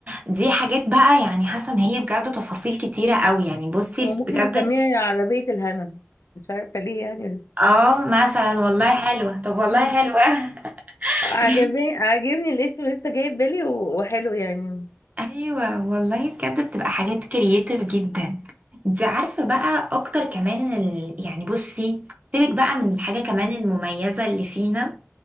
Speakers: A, on the right; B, on the left.
A: دي حاجات بقى يعني حاسه ان هي بجد تفاصيل كتيره قوي يعني بصي
B: هو ممكن
A: بجد
B: نسميها عربية الهنا مش عارفة ليه يعني
A: اه مثلا والله حلوه طب والله
B: مم.
A: حلوه
B: عجبني
A: <laughs>
B: عاجبني الاسم لسه جاي في بالي و- وحلو يعني
A: ايوه والله بجد بتبقى حاجات كرييتيف جدا انت عارفه بقى اكتر كمان ال... يعني بصي سيبك بقى من الحاجه كمان المميزه اللي فينا